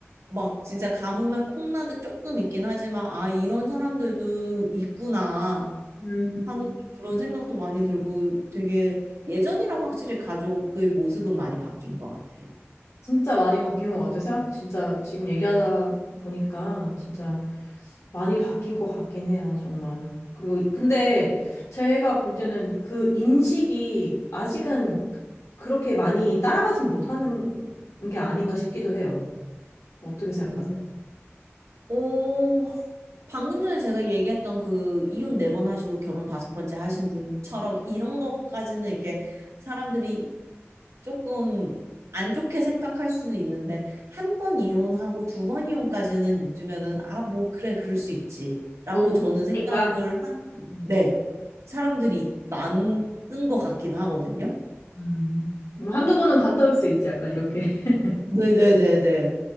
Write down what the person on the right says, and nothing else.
막 진짜 가뭄에 콩나듯 조금 있긴 하지만, 아, 이런 사람들도 있구나
하는 그런 생각도 많이 들고, 되게 예전이랑 확실히 가족의 모습은 많이 바뀐 것 같아요.
음. 오, 방금 전에 제가 얘기했던 그 이혼 네 번 하시고 결혼 다섯 번째 하신 분처럼 이런 것까지는 이렇게 사람들이 조금 안 좋게 생각할 수도 있는데 한 번 이혼하고 두 번 이혼까지는 요즘에는 아, 뭐 그래 그럴 수 있지. 라고
저는 생각을
한
네. 사람들이 많은 것 같긴 하거든요.
네네네네.